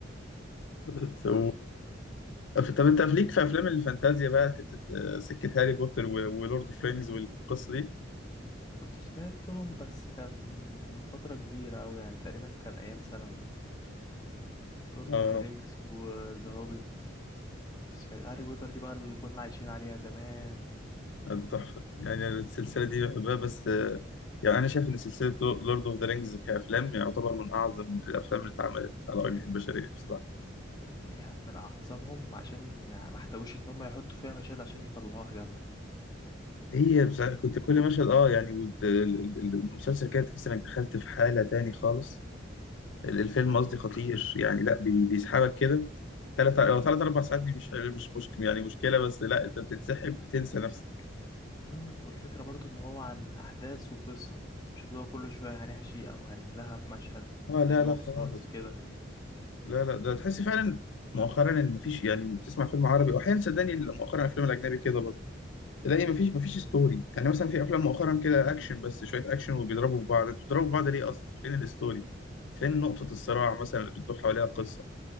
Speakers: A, on the left (about 70°); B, on the left (about 20°).
A: <laughs> سو طب انت ليك في افلام الفانتازيا بقى حتة آه، سكة هاري بوتر و- ولورد اوف رينجز والقصة دي
B: كنت سمعتهم بس كان من فتره كبيره اوي يعني تقريبا كان ايام ثانوي لورد
A: آه.
B: اوف ذا رينجز وذا هوبيت كنت سمعت هاري بوتر دي بقى اللي كنا عايشين عليها زمان
A: ده تحفة يعني أنا السلسلة دي بحبها بس آه، يعني أنا شايف إن سلسلة لورد أوف ذا رينجز كأفلام يعتبر من أعظم الأفلام اللي اتعملت على وجه البشرية بصراحة
B: هي من أعظمهم عشان يعني ما احتاجوش إن هم يحطوا فيها مشاهد عشان يطلعوها جامدة
A: هي بس كنت كل مشهد أه يعني وت- ال- ال- المسلسل كده تحس إنك دخلت في حالة تاني خالص ال- الفيلم قصدي خطير يعني لأ بي- بيسحبك كده تلات أو تلات أربع ساعات دي مش مش مشكلة يعني مشكلة بس لأ أنت بتتسحب بتنسى نفسك
B: أمم، والفكرة برضو إن هو عن أحداث وقصة مش اللي هو كل شوية هنحشي أو هنعملها بمشهد
A: أه
B: زي
A: لا
B: جيم
A: لا
B: اوف
A: خالص
B: ثرونز كده
A: لا لا ده تحس فعلا مؤخرا ان مفيش يعني بتسمع فيلم عربي واحيانا صدقني مؤخرا الافلام الاجنبي كده تلاقي مفيش مفيش ستوري يعني مثلا في افلام مؤخرا كده اكشن بس شويه اكشن وبيضربوا في بعض انتوا بتضربوا في بعض ليه اصلا فين الستوري فين نقطه الصراع مثلا اللي بتدور حواليها القصه